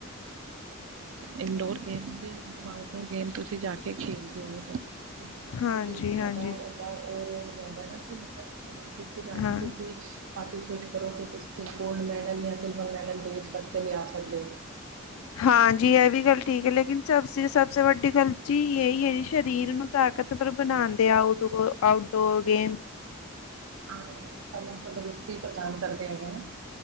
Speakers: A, on the right; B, on the left.
A: ਇੰਡੋਰ ਗੇਮ ਦੇ ਮਤਲਬ ਆਊਟਡੋਰ ਗੇਮ ਤੁਸੀਂ ਜਾ ਕੇ ਖੇਲਦੇ ਹੋ ਤੇ
B: ਹਾਂਜੀ
A: ਕਿੰਨਾ ਜ਼ਿਆਦਾ
B: ਹਾਂਜੀ
A: ਉਹਦਾ ਉਹ ਰੋਲ ਰਹਿੰਦਾ ਨਾ ਕਿ ਮਤਲਬ ਓਲੰਪਿਕ 'ਚ ਜਾ
B: ਹਾਂ
A: ਕੇ ਤੁਸੀਂ ਪਾਰਟੀਸਪੇਟ ਕਰੋ ਅਤੇ ਤੁਸੀਂ ਗੋਲਡ ਮੈਡਲ ਜਾਂ ਸਿਲਵਰ ਮੈਡਲ ਦੇਸ਼ ਵਾਸਤੇ ਵੀ ਆ ਸਕਦੇ ਹੋ।
B: ਹਾਂਜੀ ਐ ਵੀ ਗੱਲ ਠੀਕ ਐ ਲੇਕਿਨ ਸਬਸ ਸਭ ਸੇ ਵੱਡੀ ਗਲ ਜੀ ਯੲਈ ਐ ਸਰੀਰ ਨੂੰ ਤਾਕਤਵਰ ਬਣਾਂਦੇ ਆਊੋਟ ਆਊਟਡੋਰ ਗੇ਼ਮ।
A: ਹਾਂ ਸਾਨੂੰ ਤੰਦਰੁਸਤੀ ਪ੍ਰਦਾਨ ਕਰਦੇ ਹੈਗੇ ਨਾ,